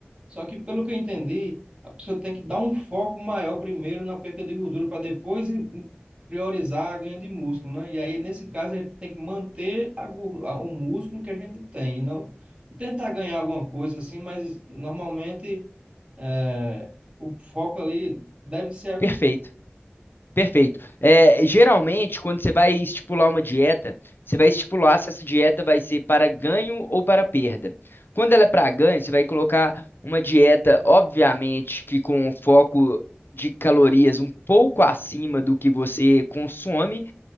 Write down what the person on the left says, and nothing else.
Perfeito. Perfeito. É, geralmente, quando você vai estipular uma dieta, você vai estipular se essa dieta vai ser para ganho ou para perda. Quando ela é para ganho, você vai colocar uma dieta, obviamente, que com um foco de calorias um pouco acima do que você consome,